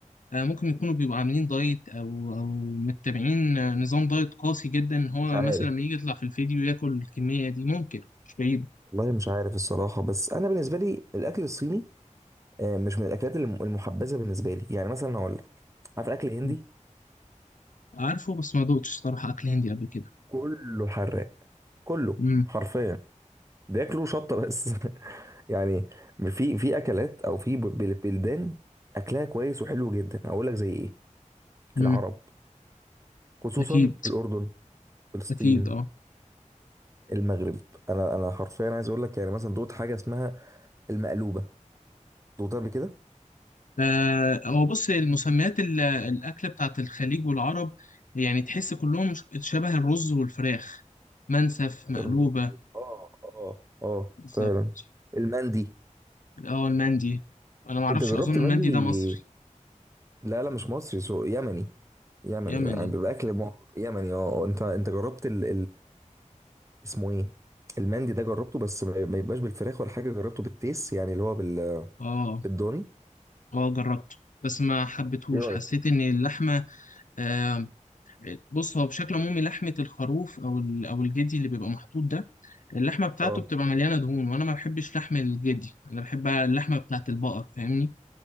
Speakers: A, on the left; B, on the right.
A: آه، ممكن يكونوا بيبقوا عاملين دايت او او متبعين آه، نظام دايت قاسي جدا إن هو
B: مش عارف
A: مثلا لما يجي يطلع في الفيديو ياكل الكميه دي ممكن مش بعيده
B: والله مش عارف الصراحة بس انا بالنسبة لي الاكل الصيني آه، مش من الاكلات الم- المحبذة بالنسبة لي يعني مثلا هقول لك عارف اكل هندي
A: مم. عارفه بس ما دوقتش صراحه اكل هندي قبل كده
B: كله حراق كله
A: امم
B: حرفيا بياكلوا شطة بس <laughs> يعني في في أكلات أو في بل- بلدان أكلها كويس وحلو جدا هقول لك زي إيه
A: امم
B: العرب خصوصا
A: اكيد
B: الأردن فلسطين
A: اكيد اه
B: المغرب أنا أنا حرفيا عايز أقول لك يعني مثلا دوت حاجة اسمها المقلوبة دوت قبل كده
A: آه، هو بص المسميات ال- الاكله بتاعت الخليج والعرب يعني تحس كلهم ش- شبه الرز والفراخ منسف مقلوبه
B: الرز- اه اه اه
A: بالظبط
B: فعلا المندي
A: اه المندي انا ما اعرفش
B: أنت جربت
A: اظن المندي
B: المندي
A: ده مصري
B: لا لا مش مصري سو يمني يمني
A: يمني
B: يعني بيبقى أكل مو- يمني اه آه، أنت أنت جربت ال... اسمه ايه المندي ده جربته بس ما ما يبقاش بالفراخ ولا حاجه جربته بالتيس يعني اللي هو بال...
A: اه
B: بالضاني
A: اه جربته بس ما حبيتهوش
B: ايه رايك
A: حسيت ان اللحمه آه بص هو بشكل عمومي لحمه الخروف او ال- او الجدي اللي بيبقى محطوط ده اللحمه بتاعته
B: اه
A: بتبقى مليانه دهون وانا ما بحبش لحم الجدي انا بحب اللحمه بتاعت البقر فاهمني